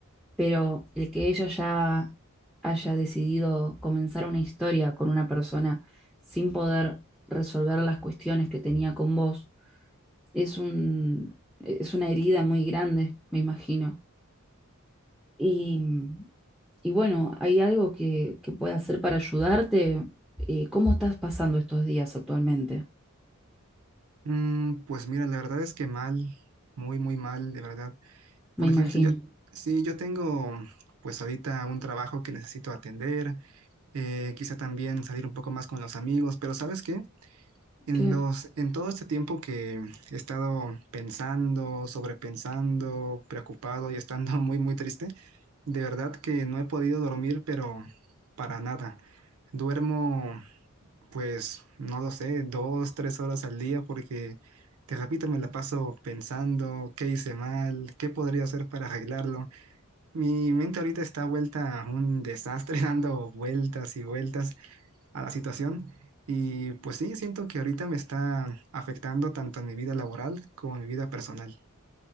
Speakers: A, in the centre; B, on the right.
A: pero el que ella ya haya decidido comenzar una historia con una persona sin poder resolver las cuestiones que tenía con vos, es, un, es una herida muy grande, me imagino. Y, y bueno, ¿hay algo que, que pueda hacer para ayudarte? Eh, ¿Cómo estás pasando estos días actualmente?
B: Mm, pues mira, la verdad es que mal, muy, muy mal, de verdad. Por
A: Me imagino.
B: ejemplo, yo, sí, yo tengo pues ahorita un trabajo que necesito atender, eh, quizá también salir un poco más con los amigos, pero ¿sabes qué? En
A: ¿Qué?
B: los, en todo este tiempo que he estado pensando, sobrepensando, preocupado y estando <laughs> muy, muy triste, de verdad que no he podido dormir, pero para nada. Duermo, pues, no lo sé, dos, tres horas al día porque, te repito, me la paso pensando qué hice mal, qué podría hacer para arreglarlo. Mi mente ahorita está vuelta a un desastre, <laughs> dando vueltas y vueltas a la situación. Y pues sí, siento que ahorita me está afectando tanto en mi vida laboral como en mi vida personal.